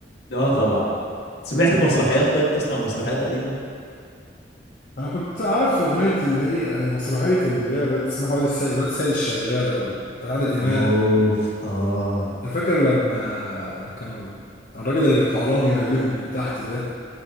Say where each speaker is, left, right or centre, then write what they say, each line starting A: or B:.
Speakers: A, on the left; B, on the left.
A: اه طبعا سمعت مسرحيات طيب تسمع مسرحيات قديمة
B: انا كنت عارف اغنيه اللي هي آه، مسرحيه اللي هي الواد اسمها واد السيد الواد السيد الشغال او بتاع عادل امام
A: اوف اه
B: أنت فاكر لما كانوا الراجل اللي بيطلع لهم يمليهم من تحت ده